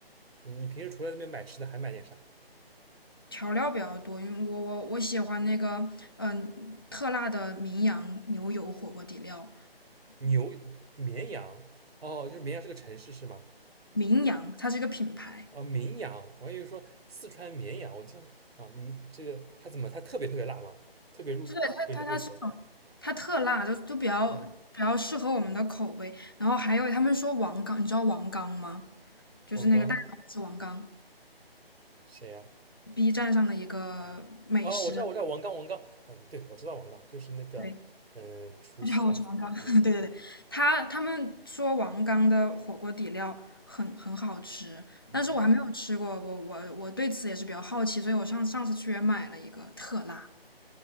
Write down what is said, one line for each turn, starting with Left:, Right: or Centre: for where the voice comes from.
Right: 嗯你平时除了那边买吃的，还买点啥？
Left: 调料比较多，因为我我我喜欢那个嗯、特辣的名扬牛油火锅底料，
Right: 牛、绵羊，哦，就是绵阳是个城市是吗？
Left: 名扬，它是一个品牌，
Right: 哦，绵阳，我还以为说四川绵阳，我记得啊，嗯，这个它怎么它特别特别辣吗？特别入合你的胃口？
Left: 就对，它它它是很它特辣，就就比较比较适合我们的口味。
Right: 嗯，
Left: 然后还有他们说王刚，你知道王刚吗？就是那个代码是王刚
Right: 王刚谁呀、
Left: ，B 站上的一个美食，
Right: 哦，我知道，我知道，王刚，王刚，嗯，对，我知道王刚，就是那个，
Left: 对，
Right: 嗯，厨师嘛，
Left: 大家好，我是王刚，<laughs>
Right: 嗯嗯
Left: 对对对，他他们说王刚的火锅底料很很好吃，
Right: 嗯，
Left: 但是我还没有吃过，我我我对此也是比较好奇，所以我上上次去也买了一个特辣。